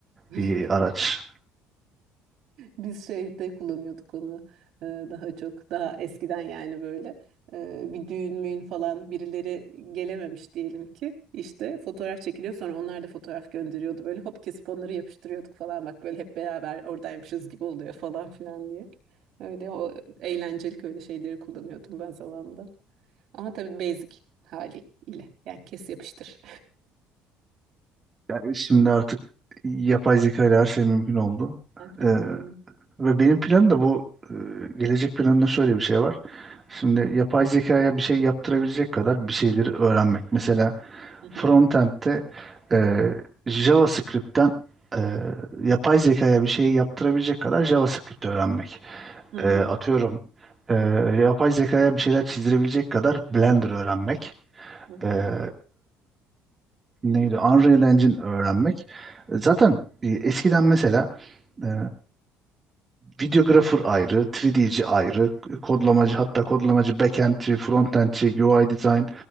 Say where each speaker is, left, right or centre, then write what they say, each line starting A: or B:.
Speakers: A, on the right; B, on the right.
A: <laughs>
B: bir araç.
A: Biz şeyde kullanıyorduk onu e, daha çok daha eskiden yani böyle e, bir düğün müğün falan birileri gelememiş diyelim ki işte fotoğraf çekiliyor sonra onlar da fotoğraf gönderiyordu böyle hop kesip onları yapıştırıyorduk falan bak böyle hep beraber oradaymışız gibi oluyor falan filan diye. Öyle o eğlencelik öyle şeyleri kullanıyordum ben zamanında. Ama tabii basic haliyle yani kes yapıştır.
B: Yani
A: <laughs>
B: şimdi
A: Şimdi
B: artık yapay zeka ile her şey mümkün oldu.
A: zaten
B: Ee,
A: aynı.
B: ve benim planım da bu, e, gelecek planımda şöyle bir şey var. Şimdi yapay zekaya bir şey yaptırabilecek kadar bir şeyleri öğrenmek. Mesela
A: Hı hı.
B: frontend'de e, JavaScript'ten e, yapay zekaya bir şeyi yaptırabilecek kadar JavaScript öğrenmek.
A: Hı
B: E,
A: hı.
B: atıyorum e, yapay zekaya bir şeyler çizdirebilecek kadar Blender öğrenmek.
A: Hı
B: e,
A: hı.
B: neydi? Unreal Engine öğrenmek. Zaten e, eskiden mesela e, videographer ayrı, 3D'ci ayrı, kodlamacı hatta kodlamacı backend'ci, frontend'ci, UI design